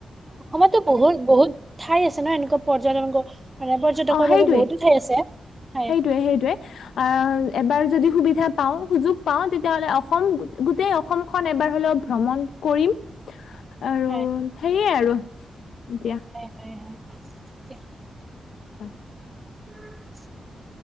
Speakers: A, on the right (about 25°); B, on the left (about 75°).
A: অসমতো বহুত- বহুত ঠাই আছে ন, এনেকুৱা পৰ্যটন পৰ্যটকৰ
B: অ সেইটোৱে
A: বাবে বহুতো ঠাই আছে, হয়।
B: সেইটোৱে সেইটোৱে। আহ, এবাৰ যদি সুবিধা পাওঁ, সুযোগ পাওঁ তেতিয়াহ'লে অসম গোটেই অসমখন এবাৰ হলেও ভ্ৰমণ কৰিম। আৰু,
A: হয়
B: সেইয়ে আৰু দিয়া।
A: <unintelligible>
B: <inaudible>
A: <inaudible>